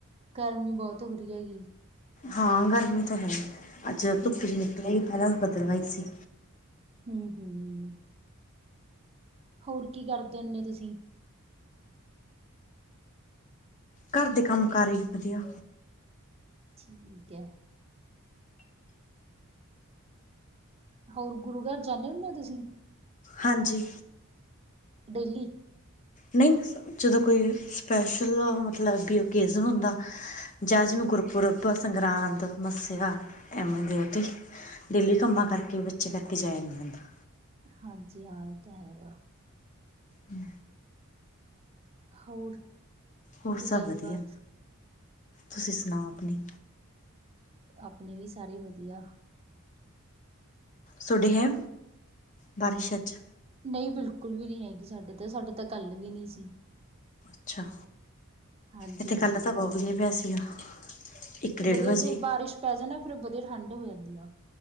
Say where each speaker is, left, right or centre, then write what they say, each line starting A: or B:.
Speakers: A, on the right; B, on the left.
A: ਗਰਮੀ ਬਹੁਤ ਹੋ ਰਹੀ ਆ ਜੀ।
B: ਹਾਂ, ਗਰਮੀ ਤਾਂ ਹੈ ਅੱਜ ਧੁੱਪ
A: ਹੂੰ।
B: ਜਿਹੀ ਨਿਕਲ ਆਈ ਪਹਿਲਾਂ ਬਦਲਵਾਈ ਸੀ।
A: ਹਮ ਹਮ ਹੋਰ ਕੀ ਕਰਦੇ ਹੁੰਦੇ ਤੁਸੀਂ?
B: ਘਰ ਦੇ ਕੰਮ ਕਾਰ ਹੀ ਵਧੀਆ।
A: ਠੀਕ ਹੈ। ਹੋਰ, ਗੁਰੂ ਘਰ ਜਾਂਦੇ ਹੁੰਦੇ ਹੋ ਤੁਸੀਂ?
B: ਹਾਂਜੀ।
A: ਡੇਲੀ।
B: ਨਹੀਂ ਜਦੋਂ ਕੋਈ ਸਪੈਸ਼ਲ ਮਤਲਬ ਵੀ ਓਕੇਜਨ ਹੁੰਦਾ। ਜਾਂ ਜਿਵੇਂ ਗੁਰਪੁਰਬ, ਸੰਗਰਾਂਦ, ਮੱਸਿਆ ਐਵੇ ਦੇ ਉਹ ਤੇ। ਡੇਲੀ ਕੰਮਾਂ ਕਰਕੇ ਬੱਚੇ ਲੈ ਕੇ ਜਾਇਆ ਨੀ ਜਾਂਦਾ।
A: ਹਾਂਜੀ ਹਾਂ ਇਹ ਤਾਂ ਹੈਗਾ।
B: ਹਮ
A: ਹੋਰ
B: ਹੋਰ
A: ਕੋਈ
B: ਸਭ
A: ਗੱਲਬਾਤ?
B: ਵਧੀਆ, ਤੁਸੀਂ ਸੁਣਾਓ ਆਪਣੀ!
A: ਆਪਣੇ ਵੀ ਸਾਰੇ ਵਧੀਆ।
B: ਤੁਹਾਡੇ ਹੈ ਬਾਰਿਸ਼ ਅੱਜ?
A: ਨਹੀਂ ਬਿਲਕੁਲ ਵੀ ਨਹੀਂ ਹੈਗੀ ਸਾਡੇ ਤਾਂ ਸਾਡੇ ਤਾਂ ਕੱਲ ਵੀ ਨਹੀਂ ਸੀ।
B: ਅੱਛਾ,
A: ਹਾਂਜੀ
B: ਇੱਥੇ ਕੱਲ
A: ਹਾਂਜੀ
B: ਤਾਂ ਬਹੁਤ ਮੀਹ ਪਿਆ ਸੀਗਾ। ਇੱਕ
A: ਚ
B: ਡੇਢ
A: ਵਧੀਆ
B: ਵਜੇ
A: ਜੇ ਬਾਰਿਸ਼ ਪੈ ਜਾਂਦਾ ਫੇਰ ਵਧੀਆ ਠੰਢ ਹੋ ਜਾਂਦੀ ਆ।